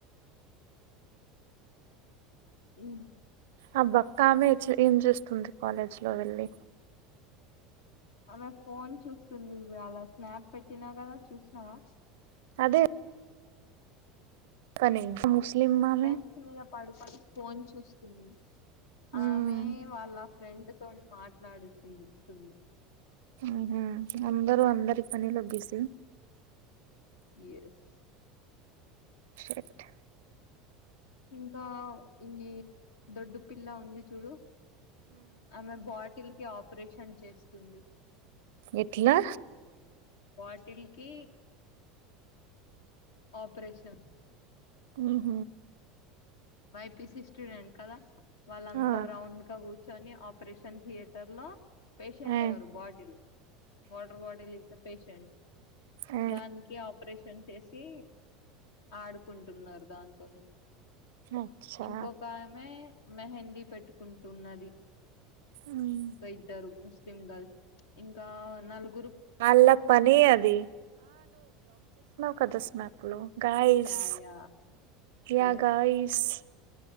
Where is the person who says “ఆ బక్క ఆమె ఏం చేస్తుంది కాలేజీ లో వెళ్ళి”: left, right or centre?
Right